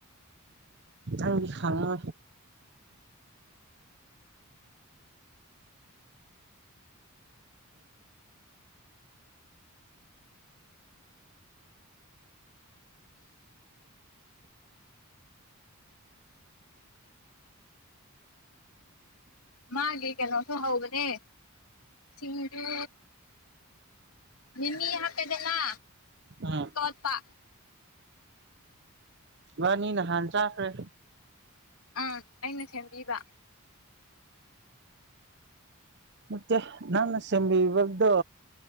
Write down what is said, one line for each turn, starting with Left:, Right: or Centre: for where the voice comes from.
Right: ꯑꯪꯒꯤ ꯈꯉꯣ
Left: ꯃꯥꯒꯤ ꯀꯩꯅꯣꯁꯨ ꯍꯧꯕꯅꯦ ꯁꯤꯡꯖꯨ ꯃꯤꯃꯤ ꯍꯥꯄꯗꯦꯅ
Right: ꯎꯝ
Left: ꯇꯣꯠꯄ
Right: ꯋꯥꯅꯤ ꯅꯍꯥꯟ ꯆꯥꯈ꯭ꯔꯦ
Left: ꯑꯥ ꯑꯩꯅ ꯁꯦꯝꯕꯤꯕ
Right: ꯅꯠꯇꯦ ꯅꯪꯅ ꯁꯦꯝꯕꯤꯕꯗꯣ